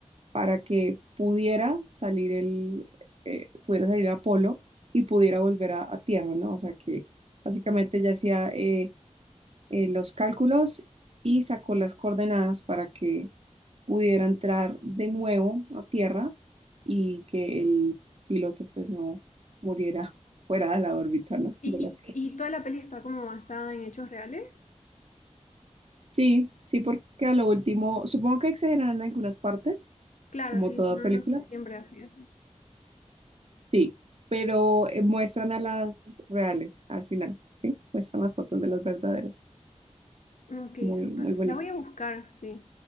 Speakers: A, on the right; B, on the left.
A: para que pudiera salir el, eh, pudiera salir Apolo y pudiera volver a, a Tierra, ¿no? O sea que básicamente ya hacía eh, eh, los cálculos y sacó las coordenadas para que pudiera entrar de nuevo a Tierra y que el piloto pues no muriera <laughs> fuera de la órbita, ¿no?
B: ¿Y,
A: De la-
B: y, y toda la peli está como basada en hechos reales?
A: Sí, sí, porque a lo último, supongo que exageran en algunas partes,
B: Claro,
A: como
B: sí,
A: toda
B: normalmente
A: película.
B: siempre hacen eso.
A: Sí, pero eh, muestran a las reales al final, ¿sí? Muestran las fotos de las verdaderas.
B: Ok,
A: Muy,
B: súper.
A: muy bonito.
B: La voy a buscar, sí.